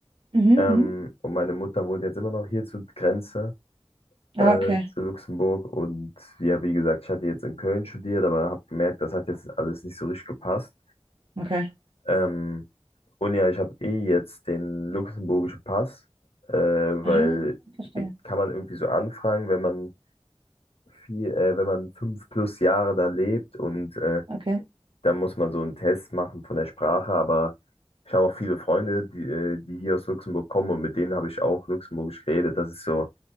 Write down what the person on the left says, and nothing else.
Ähm,
und meine Mutter wohnt jetzt immer noch hier zur Grenze,
äh,
zu Luxemburg. Und ja, wie gesagt, ich hatte jetzt in Köln studiert, aber habe gemerkt, das hat jetzt alles nicht so richtig gepasst.
Ähm, und ja, ich habe eh jetzt den luxemburgischen Pass, äh, weil
den kann man irgendwie so anfragen, wenn man viel, äh, wenn man fünf plus Jahre da lebt und äh,
dann muss man so einen Test machen von der Sprache. Aber ich habe auch viele Freunde, die, äh, die hier aus Luxemburg kommen und mit denen habe ich auch Luxemburgisch geredet. Das ist so,